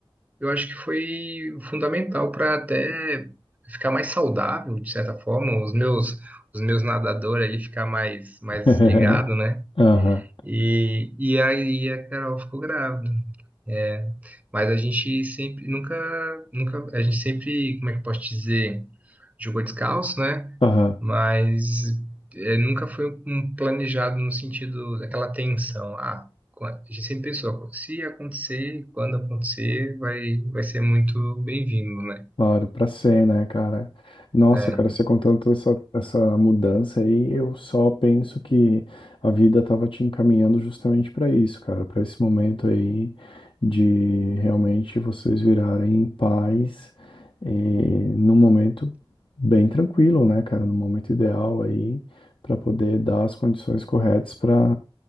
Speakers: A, on the right; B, on the left.
A: Eu acho que foi fundamental para até ficar mais saudável, de certa forma, os meus os meus nadadores ali ficar mais mais
B: <laughs>
A: ligado, né?
B: Aham,
A: E, e aí a Carol ficou grávida. É, mas a gente sempre, nunca, nunca, a gente sempre, como é que eu posso dizer, jogou descalço, né?
B: aham.
A: Mas é, nunca foi um planejado no sentido daquela tensão. Ah, qu- a gente sempre pensou, se acontecer, quando acontecer, vai, vai ser muito bem-vindo, né?
B: Claro, pra ser, né, cara? Nossa,
A: É,
B: cara, você contando toda essa, essa mudança aí, eu só penso que a vida tava te encaminhando justamente pra isso, cara, pra esse momento aí de realmente vocês virarem pais e num momento bem tranquilo, né, cara? No momento ideal aí, pra poder dar as condições corretas para